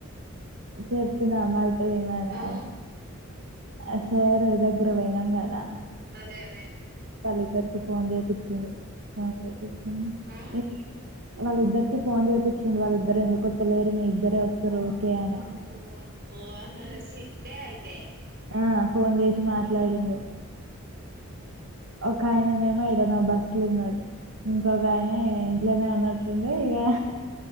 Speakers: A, on the right (about 85°); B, on the right (about 50°).
A: చెప్పినా మళ్ట ఏమైనా
B: ఆ
A: అయన ఆ సేరు దగ్గర పోయినాం కదా
B: అదే అదే
A: వాళ్ళిద్దరికి ఫోన్ చేపిచ్చిండు ఫోన్ చేపిచ్చిండు
B: ఆ
A: ఏ వాళ్ళిద్దరికి ఫోన్ చేపిచ్చిండు వాళ్ళ ఇద్దరు ఎందుకు అత్తలేరు మీ ఇద్దరే వత్తరు ఊకే అని
B: ఓ అమ్మో హహ్ స్ట్రిక్టే అయితే
A: ఆ ఫోన్ చేసి మాట్లాడిండు ఒక ఆయననేమో ఎడనో బస్సుల ఉన్నాడు ఇంకొక ఆయన ఇంట్లోనే ఉన్నట్టుండె ఇగా